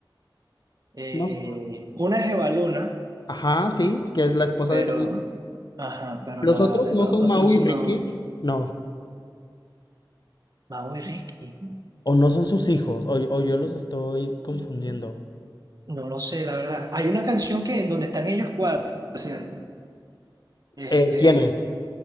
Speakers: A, on the right; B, on the left.
A: Eh,
B: No sé.
A: una es Evaluna,
B: Ajá, sí, que es la esposa
A: pero,
B: de Camilo.
A: ajá, pero
B: ¿Los
A: la,
B: otros no
A: los
B: son
A: otros
B: Mau y
A: no.
B: Ricky? No.
A: Mau y Ricky.
B: O no son sus hijos, o, o yo los estoy confundiendo.
A: No lo sé, la verdad. Hay una canción que en donde están ellos cuatro, ¿cierto? Este,
B: Eh, ¿quién es?